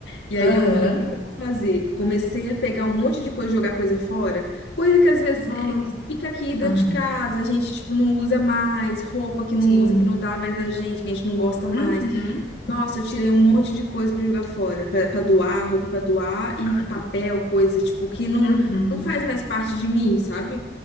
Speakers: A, on the left; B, on the left.
A: e aí
B: Aham.
A: eu falei, o que que eu vou fazer? Comecei a pegar um monte de coisa, jogar coisa fora, coisa que às vezes
B: Nossa.
A: é, fica aqui dentro
B: aham,
A: de casa, a gente tipo não usa mais, roupa que não
B: Sim.
A: usa, que não dá mais na gente, que a gente não gosta mais.
B: Uhum.
A: Nossa, eu tirei um monte de coisa pra jogar fora, pra pra doar, roupa pra doar e
B: Ah,
A: papel,
B: no-
A: coisa tipo que não
B: Uhum.
A: não faz mais parte de mim, sabe?